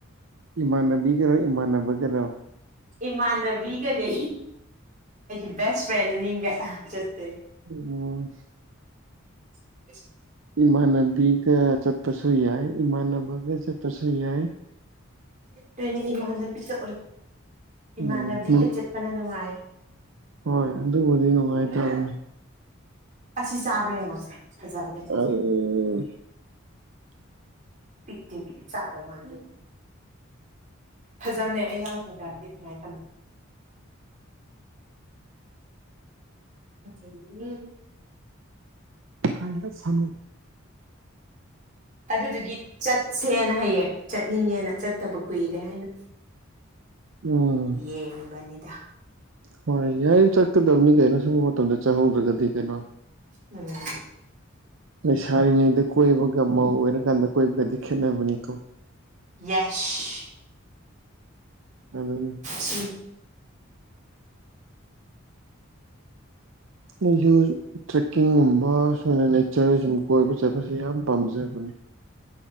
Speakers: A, on the right; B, on the right.
A: ꯏꯃꯥꯟꯅꯕꯤꯒꯤꯔꯣ ꯏꯃꯥꯟꯅꯕꯒꯔꯣ
B: ꯏꯃꯥꯟꯅꯕꯤꯒꯅꯦ ꯑꯩꯒꯤ ꯕꯦꯁ ꯐ꯭ꯔꯦꯟꯅꯤꯒ ꯆꯁꯇꯤꯟ
A: ꯎꯝ
B: <inaudible>
A: ꯏꯃꯥꯟꯅꯕꯤꯒ ꯆꯠꯄꯁꯨ ꯌꯥꯏ ꯏꯃꯥꯟꯅꯕꯒ ꯆꯠꯄꯁꯨ ꯌꯥꯏ
B: ꯆꯅꯦ ꯏꯃꯥꯟꯅꯕꯤꯗ ꯏꯃꯥꯟꯅꯕꯤꯒ
A: ꯎꯝ ꯅꯣꯏ
B: ꯆꯠꯄꯅ ꯅꯨꯡꯉꯥꯏ
A: ꯍꯣꯏ ꯑꯗꯨꯕꯨꯗꯤ ꯅꯨꯡꯉꯥꯏꯇꯔꯅꯦ
B: ꯑꯁꯤ ꯆꯥꯕ꯭ꯔꯥ ꯌꯦꯡꯉꯣꯁꯦ ꯐꯖꯕꯅꯦ
A: ꯑ
B: ꯁꯤꯁꯦ ꯄꯤꯕꯤ ꯆꯗꯣ ꯃꯥ ꯐꯖꯕꯅꯦ ꯑꯩ ꯌꯥꯡꯈꯩꯗ ꯌꯦꯛꯅꯤꯡꯉꯥꯏ ꯊꯝꯃꯤ
A: <unintelligible>
B: <inaudible>
A: ꯐ ꯁ
B: ꯑꯗꯨꯗꯨꯒꯤ ꯆꯠꯁꯦꯅ ꯍꯌꯦꯡ ꯆꯠꯅꯤꯡꯉꯦꯅ ꯆꯠꯇꯕ ꯀꯨꯏꯔꯦ ꯍꯥꯏꯅ
A: ꯎꯝ
B: ꯌꯦ ꯅꯤꯗ
A: ꯍꯣꯏ ꯌꯥꯏ ꯆꯠꯀꯗꯕꯅꯤ ꯀꯩꯅ ꯁꯤ ꯇꯗ ꯆꯥꯍꯧꯗ꯭ꯔꯒꯗꯤ ꯀꯩꯅꯣ
B: ꯎꯝ
A: ꯅꯣꯏ ꯁꯥꯔꯤꯉꯩꯗ ꯀꯣꯏꯕꯒ ꯃ ꯑꯣꯏꯔ ꯀꯥꯟꯗ ꯀꯣꯏ ꯀꯗꯤ ꯈꯦꯠꯅꯕꯅꯤꯀꯣ
B: ꯌꯦꯁ
A: ꯑꯝ
B: ꯁꯤ
A: ꯑꯩꯁꯨ ꯇ꯭ꯔꯦꯛꯀꯤꯡꯒꯨꯝꯕ ꯁꯃꯥꯏꯅ ꯅꯦꯆꯔ ꯁꯨꯝ ꯀꯣꯏꯕ ꯆꯠꯄꯁꯦ ꯌꯥꯝ ꯄꯥꯝꯖꯕꯅꯤ